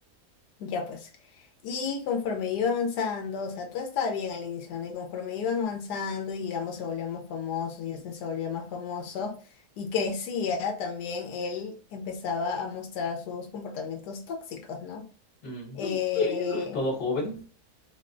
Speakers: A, on the left; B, on the left.
A: Ya pues. Y conforme iba avanzando, o sea, todo estaba bien al inicio, ¿no? Y conforme iban avanzando y ambos se volvían más famosos, y Justin se volvió más famoso y crecía también, él empezaba a mostrar sus comportamientos tóxicos, ¿no?
B: Mm,
A: Eh,
B: pues, sí, todo joven.